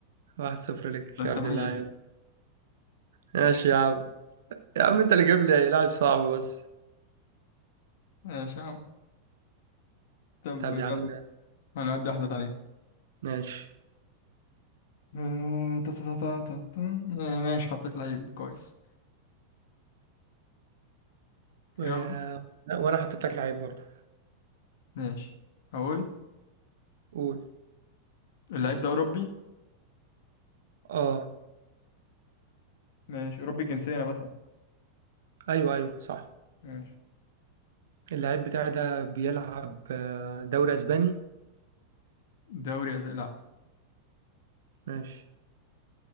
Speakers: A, on the right; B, on the left.
A: واحد صفر لك
B: ده انت
A: يا ابن
B: ميت
A: اللعيب ماشي يا عم يا عم انت اللي جايب لي لاعب صعب بس
B: ماشي يا عم طب
A: طب
B: يلا
A: يا عم
B: هنودي واحدة تانية
A: ماشي
B: آه، تا- تا- تا- تا- تا- آه، ماشي حطيت لعيب كويس
A: و...
B: يلا
A: لا، وانا حطيت لك لعيب برضه
B: ماشي أقول
A: قول
B: اللعيب ده أوروبي
A: اه
B: ماشي أوروبي الجنسية أنا بسأل
A: ايوه ايوه صح
B: ماشي
A: اللعيب بتاعي ده بيلعب آه، دوري اسباني
B: دوري أز... لا
A: ماشي